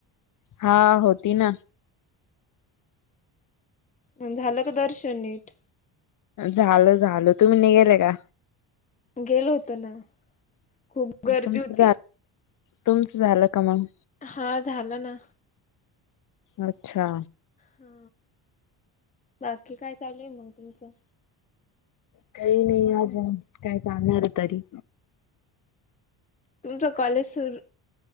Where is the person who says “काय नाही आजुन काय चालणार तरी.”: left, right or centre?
Left